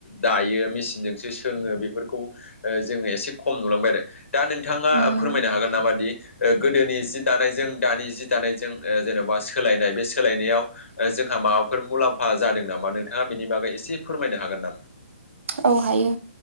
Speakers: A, on the left; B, on the right.
A: दायो मेसिनजोंसो सोङो बेफोरखौ ओ- जोङो एसे खम नुलांबाय आरो दा नोंथाङा
B: उम
A: फोरमायनो हागोन नामा दि गोदोनि जि दानायजों दानि जि दानायजों ओ- जेन'बा सोलायनाय बे सोलायनायाव जोंहा माबाफोर मुलाम्फा जादों नामा नोंथाङा बेनि बागै एसे फोरमायनो हागोन नामा?
B: औ हायो